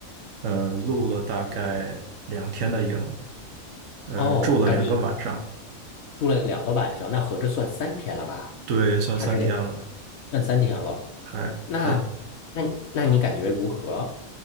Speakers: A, on the right (about 70°); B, on the left (about 80°).
A: 呃，露了大概两天的营，呃，
B: 哦，
A: 住了两个晚上，
B: 感觉住了两个晚上，那合着算三天了吧？
A: 对，算三天了，
B: 还是两，算三天了。
A: 还还。
B: 那那那你感觉如何？